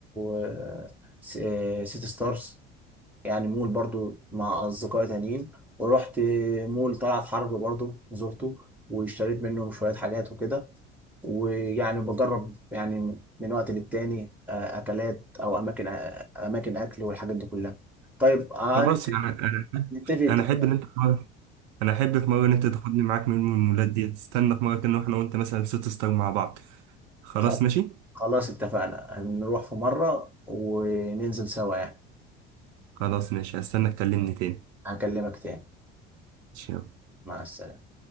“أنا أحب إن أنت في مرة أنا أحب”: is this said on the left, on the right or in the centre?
Right